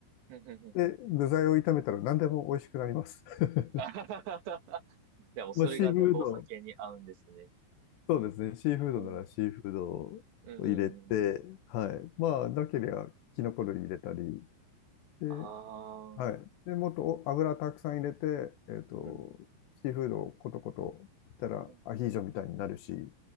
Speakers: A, on the right (about 70°); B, on the left (about 70°).
A: うんうんうんうん。
B: で、具材を炒めたら何でも美味しくなります。<laughs>
A: <laughs> でもそれが全部お酒に合うんですね。
B: まあ、シーフード、そうですね。シーフードならシーフードを入れて、
A: うん。うん、うんうん。
B: はい。まあ、なければ、キノコ類入れたり、で、
A: ああ
B: はい。で、もっとお油たくさん入れて、えっと、
A: うん。
B: シーフードをコトコトいったらアヒージョみたいになるし、
A: うん、